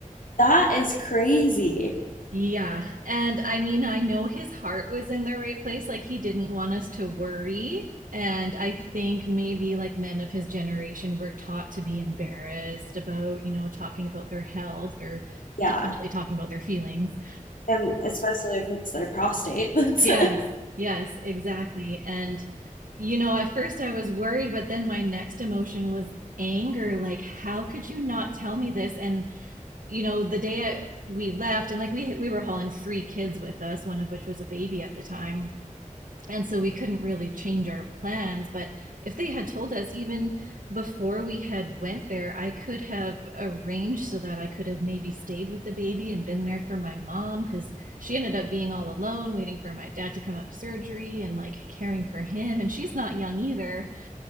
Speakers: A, on the left (about 80°); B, on the right (about 75°).
A: That is crazy.
B: Yeah. And I mean, I know his heart was in the right place. Like, he didn't want us to worry. And I think maybe like men of his generation were taught to be embarrassed about, you know, talking about their health or
A: Yeah.
B: definitely talking about their feelings.
A: And especially if it's their prostate. <laughs> That's,
B: Yes.
A: yeah,
B: Yes, exactly. And, you know, at first I was worried, but then my next emotion was anger. Like, how could you not tell me this? And you know, the day we left, and like we we were hauling three kids with us, one of which was a baby at the time, and so we couldn't really change our plans. But if they had told us even before we had went there, I could have arranged so that I could have maybe stayed with the baby and been there for my mom because she ended up being all alone, waiting for my dad to come out of surgery and like caring for him. And she's not young either.